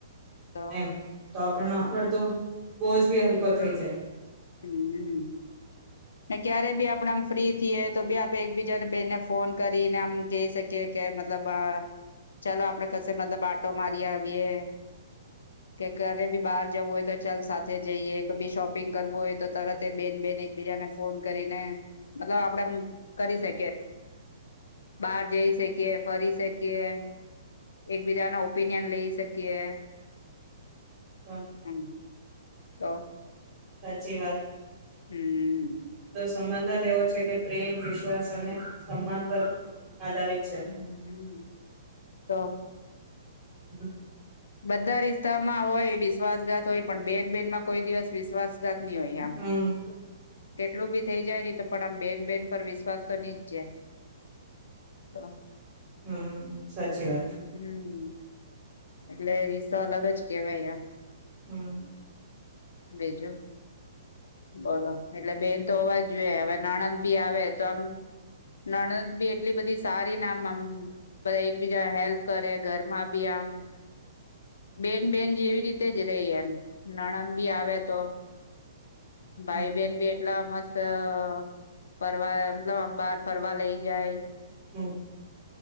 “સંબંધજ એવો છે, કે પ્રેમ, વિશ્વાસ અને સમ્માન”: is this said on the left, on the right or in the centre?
Right